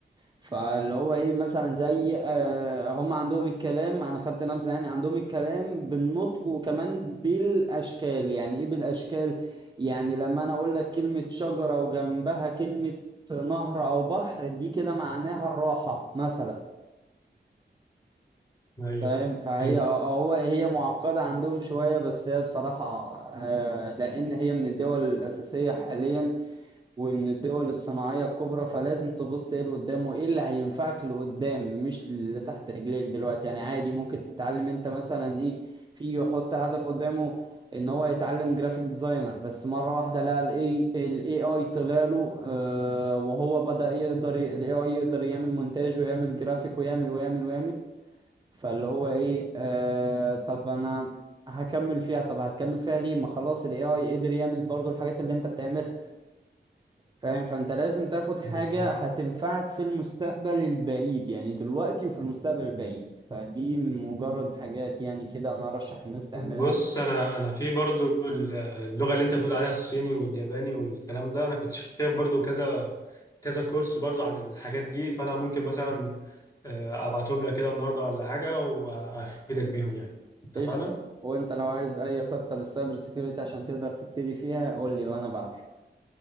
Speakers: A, on the right; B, on the left.
A: فاللي هو ايه مثلا زي آه هم عندهم الكلام انا خدت نبذه يعني عندهم الكلام بالنطق وكمان بالاشكال يعني ايه بالاشكال يعني لما انا اقول لك كلمه شجره وجنبها كلمه نهر او بحر دي كده معناها الراحه مثلا
B: ايوه
A: فاهم فهي
B: فهمت
A: آه، آه، هو هي معقده عندهم شويه بس هي بصراحه آه لان هي من الدول الاساسيه حاليا ومن الدول الصناعية الكبرى فلازم تبص ايه اللي قدام وايه اللي هينفعك لقدام مش اللي تحت رجليك دلوقتي يعني عادي ممكن تتعلم انت مثلا ايه في يحط هدف قدامه ان هو يتعلم جرافيك ديزاينر بس مرة واحدة لقى الاي الاي اي طلع له آه وهو بدأ يقدر الاي اي يقدر يعمل مونتاج ويعمل جرافيك ويعمل ويعمل ويعمل فاللي هو ايه آه طب انا هكمل فيها طب هتكمل فيها ليه ما خلاص الاي اي قدر يعمل برضو الحاجات اللي انت بتعملها فاهم فانت لازم تاخد حاجة
B: بالظبط
A: هتنفعك في المستقبل البعيد يعني دلوقتي وفي المستقبل البعيد فدي مجرد حاجات يعني كده انا ارشح الناس تعملها
B: بص انا انا في برضو اللغه اللي انت بتقول عليها الصيني والياباني والكلام ده انا كنت شايف برضو كذا كذا كورس برضو عن الحاجات دي فانا ممكن مثلا آه، ابعتهم لك كده النهارده ولا حاجه وافيدك بيهم يعني اتفقنا
A: قشطة وانت لو عايز اي خطة للسايبر سيكيورتي عشان تقدر تبتدي فيها قول لي وانا بعتلك